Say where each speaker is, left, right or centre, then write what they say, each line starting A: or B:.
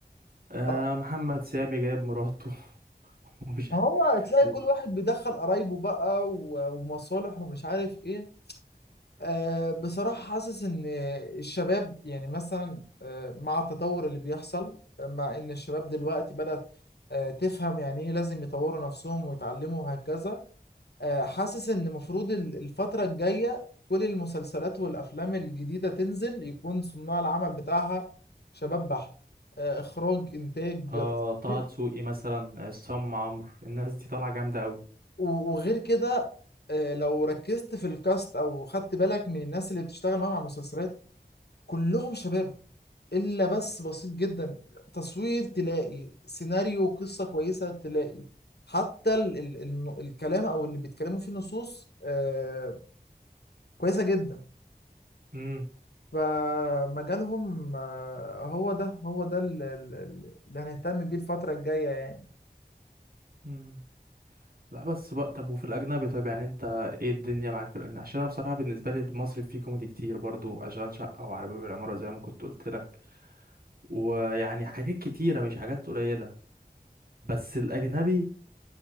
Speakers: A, on the right; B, on the left.
A: آه
B: اه.
A: محمد سامي جايب مراته <laughs> ومش
B: ما
A: عارف
B: هو تلاقي
A: و-
B: كل واحد بيدخل قرايبه بقى و- ومصالح ومش عارف ايه أه بصراحة حاسس ان الشباب يعني مثلا أه مع التطور اللي بيحصل مع ان الشباب دلوقتي بدأت أه تفهم يعني ايه لازم يطوروا نفسهم ويتعلموا وهكذا آه، حاسس ان المفروض ال- الفترة الجاية كل المسلسلات والافلام الجديدة تنزل يكون صناع العمل بتاعها شباب بحت آه، اخراج انتاج
A: آه
B: تصوير
A: طه دسوقي مثلا عصام عمرو الناس دي طالعة جامدة أوي
B: و- وغير كده آه، لو ركزت في الكاست او خدت بالك من الناس اللي بتشتغل معاهم على المسلسلات كلهم شباب الا بس بسيط جدا تصوير تلاقي سيناريو قصة كويسة تلاقي حتى ال ال ال الكلام او اللي بيتكلموا فيه النصوص آه، كويسة جدا
A: مم.
B: فمجالهم آه، هو ده هو ده ال- ال- ال- اللي هنهتم بيه الفترة الجاية يعني
A: مم. لا بس بقى طب وفي الاجنبي طيب يعني انت ايه الدنيا معاك في الاجنبي عشان انا بصراحه بالنسبه لي المصري فيه كوميدي كتير برضو اشغال شقه وعلى باب العماره زي ما كنت قلت لك ويعني حاجات كتيره مش حاجات قليله بس الاجنبي